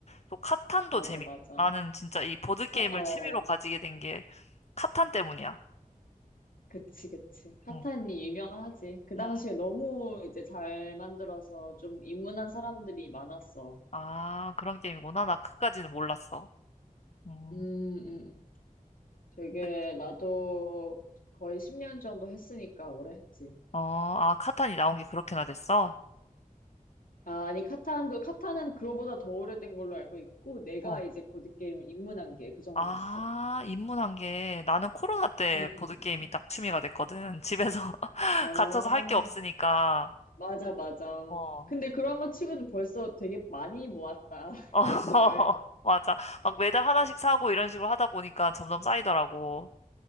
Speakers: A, on the left (about 50°); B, on the left (about 70°).
A: 또 카탄도
B: 맞아,
A: 재밌고.
B: 맞아.
A: 나는 진짜 이 보드게임을
B: 카, 어,
A: 취미로 가지게 된 게 카탄 때문이야.
B: 그치, 그치. 카타니
A: 응,
B: 유명하지. 그 당시에
A: 응.
B: 너무 이제 잘 만들어서 좀 입문한 사람들이 많았어.
A: 아, 그런 게임이구나. 나 그까지는 몰랐어. 음,
B: 음, 음. 음. 되게
A: 그-
B: 나도 거의 10년 정도 했으니까 오래 했지.
A: 어, 아, 카탄이 나온 게 그렇게나 됐어?
B: 아, 아니, 카타한도, 카타는 그거보다 더 오래된 걸로 알고 있고, 내가
A: 어.
B: 이제 보드게임을 입문한 게 그 정도
A: 아,
B: 됐어.
A: 입문한 게 나는 코로나 때
B: 음, 음.
A: 보드게임이 딱 취미가 됐거든. 집에서 <laughs>
B: 아,
A: 갇혀서 할 게 없으니까.
B: 맞아, 맞아.
A: 어.
B: 근데 그런 거 치고는 벌써 되게 많이 모았다, <laughs>
A: 어,
B: 개수를.
A: <laughs> 맞아. 막 매달 하나씩 사고 이런 식으로 하다 보니까 점점 쌓이더라고.